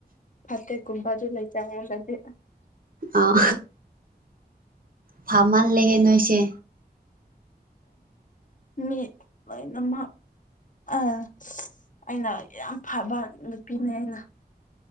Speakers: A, on the left; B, on the right.
A: ꯐꯠꯇꯦꯀꯨꯝꯕ ꯑꯗꯨ ꯂꯩꯇꯦ ꯑꯩꯉꯣꯟꯗꯗꯤ
B: ꯑꯥ ꯐꯥꯥ ꯃꯟꯂꯦꯍꯦ ꯅꯣꯏꯁꯦ
A: ꯃꯤꯠ ꯂꯣꯏꯅꯃꯛ ꯑꯥ ꯑꯩꯅ ꯌꯥꯝ ꯐꯕ ꯅꯨꯄꯤꯅꯦ ꯑꯩꯅ